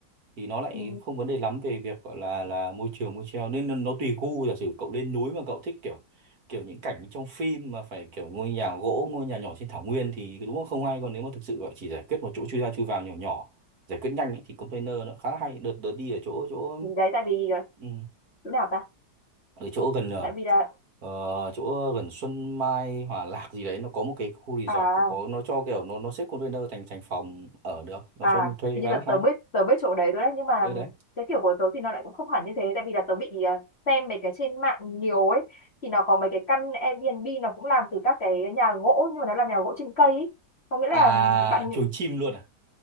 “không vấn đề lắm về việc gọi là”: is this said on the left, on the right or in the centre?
Right